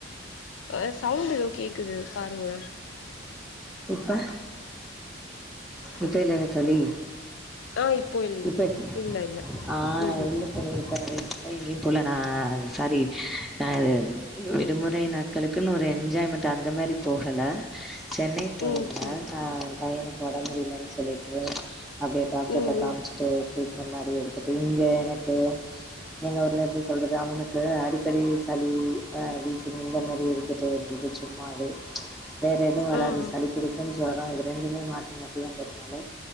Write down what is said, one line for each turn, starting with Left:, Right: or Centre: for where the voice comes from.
Left: ஆஹ் சவுண்ட் எதோ கேக்குது பாருங்க
Centre: எப்ப இப்ப இல்லல்ல தோழி
Left: ஆ இப்போ இல்ல
Centre: இப்ப கேக்
Left: இல்ல இல்ல ம்ஹூம்
Centre: தோழி இப்ப நா ரீசன்ட்டா எங்கேயு போல நா சரி நது விடுமுறை நா நாட்களுக்குன்னு ஒரு என்ஜாய்மெண்ட் அந்த மாரி போகல சென்னை போயிருந்தே
Left: ம் சரி
Centre: நா பையனுக்கு உடம் முடியலன்னு சொல்லிட்டு அப்டியே டாக்டர்க்ட
Left: ம்
Centre: காமிச்சுட்டு
Left: ம்
Centre: ட்ரீட்மெண்ட் மாரி எடுத்துட்டு இங்க எனக்கு எங்க ஊர்ல எப்டி சொல்றது அவனுக்கு அடிக்கடி சளி வீஷிங் இந்த மாரி இருந்து டே இருந்தது சும்மாவே வேற எதுவு வராது
Left: ஆ ஆ
Centre: சளி புடிக்கு ஜொரொ இது ரெண்டுமே மாத்தி மாத்தி வந்ததுனால